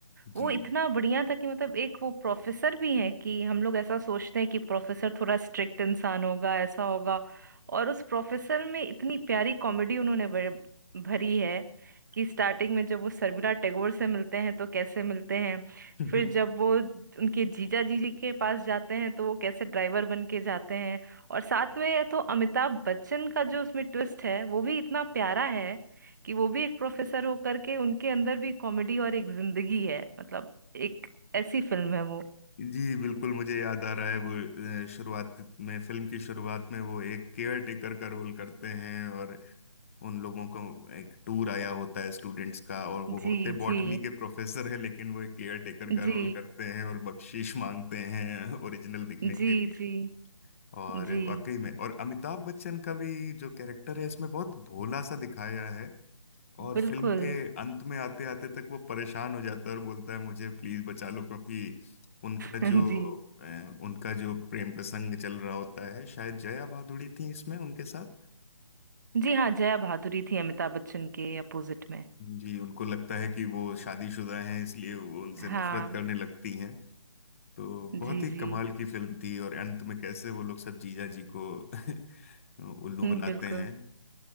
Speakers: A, on the left; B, on the right.
A: जी
B: वो इतना बढ़िया था कि मतलब एक वो प्रोफेसर भी है कि हम लोग ऐसा सोचते हैं कि प्रोफेसर थोड़ा स्ट्रिक्ट इंसान होगा ऐसा होगा और उस प्रोफेसर में इतनी प्यारी कॉमेडी उन्होंने भर- भरी है कि स्टार्टिंग में जब वो शर्मिला टैगोर से मिलते हैं तो कैसे मिलते हैं
A: <laughs>
B: फिर जब वो उनके जीजा जीजी के पास जाते हैं तो वो कैसे ड्राइवर बन के जाते हैं और साथ में ये तो अमिताभ बच्चन का जो उसमें ट्विस्ट है वो भी इतना प्यारा है कि वो भी एक प्रोफेसर होकर के उनके अंदर भी कॉमेडी और एक जिंदगी है मतलब एक ऐसी फिल्म है वो
A: जी बिल्कुल मुझे याद आ रहा है वो अ, शुरुआत में फिल्म की शुरुआत में वो एक केयर टेकर का रोल करते हैं और उन लोगों का एक टूर आया होता है स्टूडेंट्स का और वो
B: जी
A: होते बॉटनी
B: जी
A: के प्रोफेसर हैं लेकिन वो एक केयर टेकर का
B: जी
A: रोल करते हैं और बख्शीश मांगते हैं ओरिजिनल दिखने
B: जी
A: के लिए
B: जी
A: और
B: जी
A: वाकई में और अमिताभ बच्चन का भी जो कैरेक्टर है इसमें बहुत भोला सा दिखाया है और
B: बिल्कुल
A: फिल्म के अंत में आते आते तक वो परेशान हो जाता है और बोलता है मुझे प्लीज बचा लो क्योंकि उनका जो
B: <laughs> जी
A: अ, उनका जो प्रेम प्रसंग चल रहा होता है शायद जया भादुड़ी थी इसमें उनके साथ
B: जी हाँ जया भादुरी थी अमिताभ बच्चन के अपोजिट में
A: जी उनको लगता है कि वो शादीशुदा हैं इसलिए वो उनसे
B: हाँ
A: नफरत करने लगती हैं तो बहुत
B: जी
A: ही
B: जी
A: कमाल की फिल्म थी और अंत में कैसे वो लोग सब जीजा जी को <laughs> उल्लू
B: हम्म,
A: बनाते
B: बिल्कुल
A: हैं